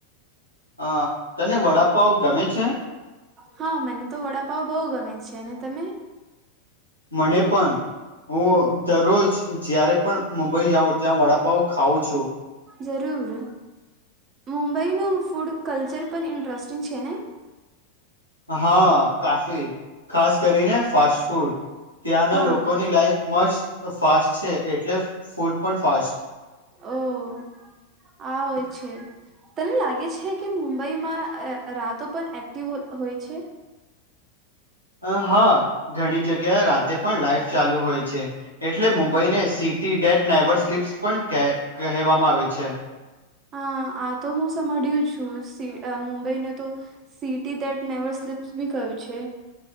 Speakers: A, on the left (about 90°); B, on the right (about 30°).
A: અ તને વડાપાવ ગમે છે?
B: હા મને તો વડાપાવ બહુ ગમે છે અને તમે?
A: મને પણ હું દરરોજ જયારે પણ મુંબઈ જાઉં ત્યાં વડાપાવ ખાઉં છું
B: જરૂર મુંબઈનું ફૂડ કલ્ચર પણ ઇન્ટરેસ્ટિંગ છે ને
A: હા કાફી ખાસ કરીને ફાસ્ટ ફૂડ ત્યાંના
B: હા
A: લોકોની લાઈફ મસ્ટત ફાસ્ટ છે એટલે ફૂડ પણ ફાસ્ટ
B: ઓહ આ હોય છે તને લાગે છે કે મુંબઈમાં રાતો પણ એક્ટિવ હોય છે
A: હ હા ઘણી જગ્યાએ રાતે પણ લાઈફ ચાલુ હોય છે એટલે
B: હા
A: મુંબઈને city that never slips પણ કહેવામાં આવે છે
B: હા આ તો હું સાંભળ્યું છું મુંબઈને તો સીટી દેટ નેવર સ્લિપ્સ બી કય્યું છે